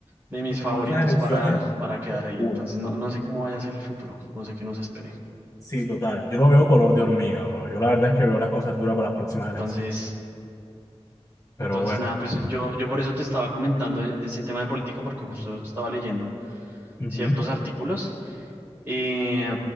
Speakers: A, on the right; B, on the left.
A: de mis
B: bueno,
A: favoritos
B: esas elecciones
A: para, para quedar
B: oscuras.
A: ahí. Entonces, no, no sé cómo vaya a ser el futuro, no sé qué nos espere.
B: Sí, total. Yo lo veo color de hormiga, bro. Yo la verdad es que veo las cosas duras para las próximas
A: Entonces,
B: elecciones. Pero
A: entonces
B: bueno,
A: nada, pues yo, yo por eso te estaba comentando de, de ese tema de política, porque justo estaba leyendo
B: Ujú.
A: ciertos artículos eh,